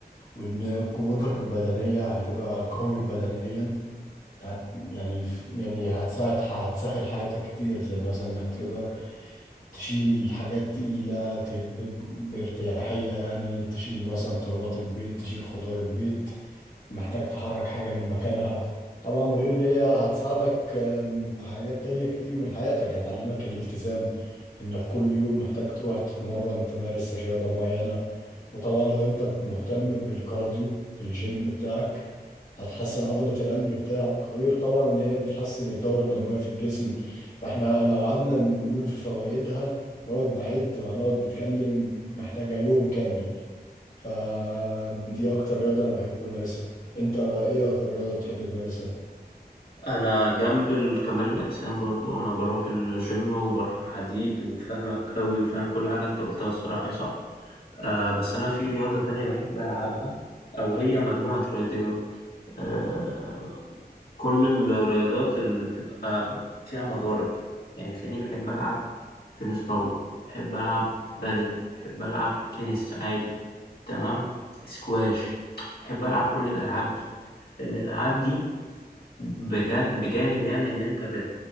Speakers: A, on the left; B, on the left.
A: وإن قوتك البدنية هتبقى قوي بدنيا هت يعني يعني هتساعد هتسهل حياتك كتير زي مثلا انك تقدر تشيل حاجات تقيلة ت- ب- بارتياحية يعني تشيل مثلا طلبات البيت تشيل خضار البيت محتاج تحرك حاجة من مكانها طبعا غير ان هي هتساعدك آم، في حاجات تانية كتير من حياتك هتعلمك الالتزام انك كل يوم محتاج تروح تتمرن تمارس رياضة معينة وطبعا لو انت مهتم بالكارديو في الجيم بتاعك هتحسن عضلة القلب بتاعك غير طبعا ان هي بتحسن الدورة الدموية في الجسم فاحنا لو قعدنا نقول في فوائدها نقعد نعد وهنقعد نتكلم محتاجة يوم كامل فدي اكتر رياضة انا بحب امارسها انت ايه اكتر رياضة بتحب تمارسها
B: انا جنب ال- كمال الاجسام برضو انا بروح الجيم وبرفع حديد وفاهمك قوي وفاهم كل حاجة انت قلتها الصراحة صح آه بس انا في رياضة تانية بحب العبها او هي مجموعة رياضيات آه، كل الرياضات اللي بتبقى فيها مضارب يعني تلاقيني بحب ألعب تنس طاولة بحب ألعب بادل بحب ألعب تنس عادي تمام سكواش بحب ألعب كل الألعاب دي لأن الألعاب دي بجا- بجانب يعني ان انت بت